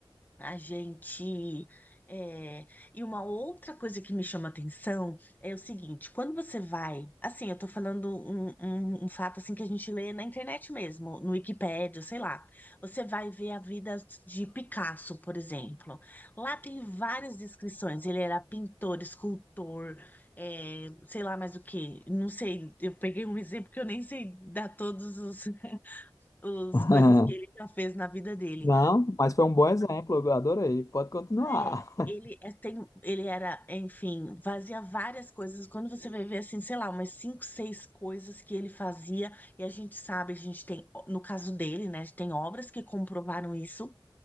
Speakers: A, on the left (about 20°); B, on the left (about 35°).
A: A gente. é, E uma outra coisa que me chama atenção é o seguinte: quando você vai. Assim, eu tô falando um, um, um fato assim que a gente lê na internet mesmo, no Wikipédia, sei lá. Você vai ver a vida de Picasso, por exemplo. Lá tem várias descrições. Ele era pintor, escultor, é, sei lá mais o quê. Não sei, eu peguei um exemplo que eu nem sei dar todos os, <laughs> os
B: <laughs>
A: coisas que ele já fez na vida dele
B: Não, mas foi um bom exemplo, eu adorei. Pode continuar.
A: né?
B: <laughs>
A: Ele é, tem, ele era, enfim, fazia várias coisas. Quando você vai ver assim, sei lá, umas cinco, seis coisas que ele fazia, e a gente sabe, a gente tem, no caso dele, né, tem obras que comprovaram isso.